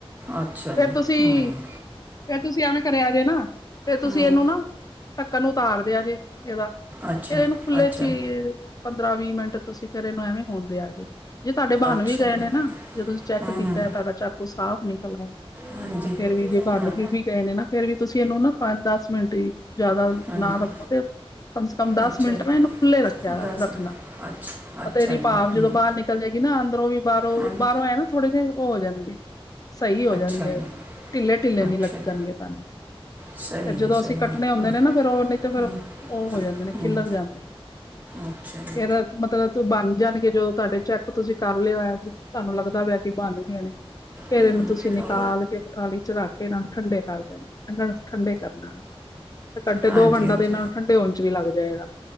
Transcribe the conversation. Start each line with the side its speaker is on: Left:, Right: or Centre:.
Right: ਅੱਛਾ
Left: ਫੇਰ
Right: ਜੀ
Left: ਤੁਸੀਂ,
Right: ਹਮ,
Left: ਫੇਰ ਤੁਸੀਂ ਐਵੇਂ ਕਰਿਆ ਜੇ ਨਾ, ਫੇਰ ਤੁਸੀਂ
Right: ਹਮ,
Left: ਇਹਨੂੰ ਨਾ ਢੱਕਣ ਨੂੰ ਉਤਾਰ ਦਿਆ ਜੇ, ਇਹਦਾ
Right: ਅੱਛਾ
Left: ਫਿਰ ਇਹਨੂੰ ਖੁੱਲੇ
Right: ਅੱਛਾ
Left: 'ਚ ਈ, ਪੰਦਰਾਂ-ਵੀਹ ਮਿੰਟ ਤੁਸੀਂ ਫੇਰ ਇਹਨੂੰ ਐਵੇਂ ਹੋਣ ਦਿਆ ਜੇ ਜੇ ਤੁਹਾਡੇ ਬਣ
Right: ਅੱਛਾ
Left: ਵੀ ਗਏ
Right: ਜੀ
Left: ਨੇ ਨਾ, ਜੇ ਤੁਸੀਂ ਚੈੱਕ
Right: ਹਮ,
Left: ਕੀਤਾ,
Right: ਹਮ,
Left: ਤੁਹਾਡਾ ਚਾਕੂ ਸਾਫ਼ ਨਿਕਲ ਆਇ
Right: ਹਾਂਜੀ
Left: ਤੇ ਫੇਰ ਵੀ ਜੇ ਭਰਨ
Right: ਹਾਂ
Left: ਫ ਵੀ ਗਏ ਨੇ ਨਾ ਫੇਰ ਵੀ ਤੁਸੀਂ ਇਹਨੂੰ ਨਾ ਪੰਜ-ਦਸ ਮਿੰਟ ਈ, ਜ਼ਿਆਦਾ
Right: ਹਾਂਜੀ
Left: ਨਾ ਰੱਖੋ ਤੇ ਕਮ ਸੇ ਕਮ ਦਸ
Right: ਅੱਛਾ
Left: ਮਿੰਟ
Right: ਜੀ
Left: ਨਾ ਇਹਨੂੰ ਖੁੱਲੇ ਰੱਖਿਆ
Right: ਦੱਸ
Left: ਰੱਖਣਾ
Right: ਅੱਛਾ ਅੱਛਾ
Left: ਅਤੇ ਇਹਦੀ
Right: ਜੀ
Left: ਭਾਵ ਜਦੋਂ
Right: ਹਮ,
Left: ਬਾਹਰ ਨਿਕਲ ਚੱਲ ਜਾਏਗੀ ਨਾ, ਅੰਦਰੋਂ ਵੀ ਬਾਹਰੋਂ
Right: ਹਾਂਜੀ
Left: ਵੀ, ਬਾਹਰੋਂ ਐ ਨਾ ਥੋੜੇ ਜਿਹੇ ਓ ਜਾਣਗੇ ਸਹੀ ਹੋ
Right: ਅੱਛਾ
Left: ਜਾਣਗੇ
Right: ਜੀ
Left: ਢਿੱਲੇ-ਢਿੱਲੇ ਨੀ
Right: ਅੱਛਾ
Left: ਲੱਗਣਗੇ
Right: ਜੀ
Left: ਤੁਹਾਨੂੰ
Right: ਸਹੀ
Left: ਫਿਰ ਜਦੋਂ
Right: ਹੈ ਸਹੀ
Left: ਅਸੀਂ ਕੱਟਣੇ
Right: ਹੈ
Left: ਹੁੰਦੇ
Right: ਹਮ,
Left: ਨੇ ਨਾ, ਫੇਰ ਉਹ ਨਹੀਂ ਤੇ ਫੇਰ
Right: ਹਮ,
Left: ਉਹ ਹੋ ਜਾਂਦੇ ਨੇ,
Right: ਹਮ,
Left: ਖਿਲਰ ਜਾਂਦੇ ਨੇ
Right: ਅੱਛਾ। ਜੀ
Left: ਫੇਰ ਮਤਲਬ ਤੂੰ ਬਣ ਜਾਣਗੇ ਜੋ ਤੁਹਾਡੇ ਚੈੱਕ ਤੁਸੀਂ ਕਰ ਲਿਓ ਆਪ ਈ, ਤੁਹਾਨੂੰ ਲੱਗਦਾ ਪਿਆ ਕਿ ਬਣਗੇ ਨੇ ਫੇਰ
Right: ਹਮ,
Left: ਇਹਨੂੰ ਤੁਸੀਂ ਨਿਕਾਲ
Right: ਔਰ
Left: ਕੇ ਇੱਕ ਥਾਲੀ 'ਚ ਰੱਖ ਕੇ, ਇਹਨਾਂ ਨੂੰ ਠੰਡੇ ਕਰ ਦੇਣੇ, ਠੰਡ-ਠੰਡੇ ਕਰਨ ਨਾਲ ਤੇ ਘੰਟੇ
Right: ਹਾਂਜੀ
Left: ਦੋ ਘੰਟਾ
Right: ਹਾਂਜੀ
Left: ਤੇ ਇਹਨਾਂ ਨੂੰ ਠੰਡੇ ਹੋਣ 'ਚ ਵੀ ਲੱਗ ਜਾਏਗਾ।